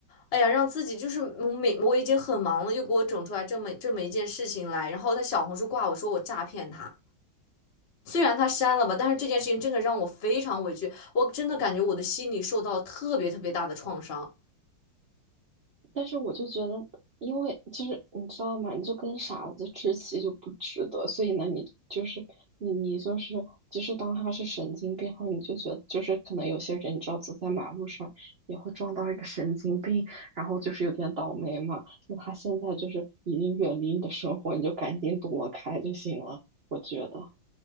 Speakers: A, on the left; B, on the right.
A: 哎呀，让自己就是我每我已经很忙了，又给我整出来这么这么一件事情来，然后在小红书挂我说我诈骗他。虽然他删了吧，但是这件事情真的让我非常委屈，我真的感觉我的心里受到了特别特别大的创伤。
B: 但是我就觉得，因为就是你知道吗？你就跟傻子置气就不值得，所以呢，你就是你你就是就是当他是神经病后，你就觉得就是可能有些人你知道走在马路上也会撞到一个神经病，然后就是有点倒霉嘛。那他现在就是已经远离你的生活，你就赶紧躲开就行了，我觉得